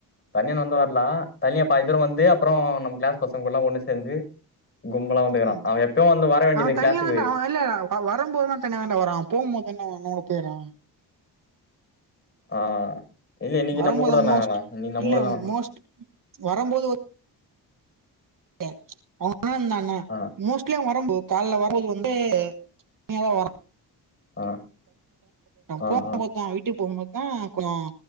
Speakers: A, on the left; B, on the right.
A: தனியா நடந்து வரலா தனியா பாதி தூர வந்து அப்புறோ நம்ம கிளாஸ் பசங்க கூட்லா ஒண்ணு சேந்து கும்பலா வந்துக்குறா
B: ம்
A: அவ எப்பியு வந்து வர வேண்டியது
B: அவ தனியா
A: கிளாஸுக்கு
B: தான்டா அவ இல்ல நா அவ வரம் போது தா தனியா தாண்டா வாரா போ போது தா அவ அண்ணக் கூட போய்றா
A: ஆ இல்ல இன்னைக்கு
B: வரம்போதா
A: நம்ம கூட தான
B: மோஸ்ட்
A: வரா இன்னைக்கு நம்ம
B: இல்ல
A: கூட தா வந்தா
B: மோஸ்ட் வரம்போது ஒ கே அவ அண்ண இருந்தானா
A: ஆ
B: மோஸ்ட்லியா அவ வரம்போ கால்ல வரும்போது வந்து தனியாதா வரா <inaudible>
A: ஆ ஆ
B: போ
A: ஆ
B: போத்தா வீட்டுக்கு போ போத்தா கொஞ்சோ